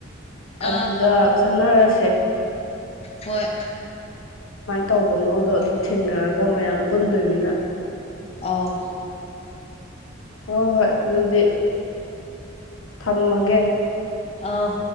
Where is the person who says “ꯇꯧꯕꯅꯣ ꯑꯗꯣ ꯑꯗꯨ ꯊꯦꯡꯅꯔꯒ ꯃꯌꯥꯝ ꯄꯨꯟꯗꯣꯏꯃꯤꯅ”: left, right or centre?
Left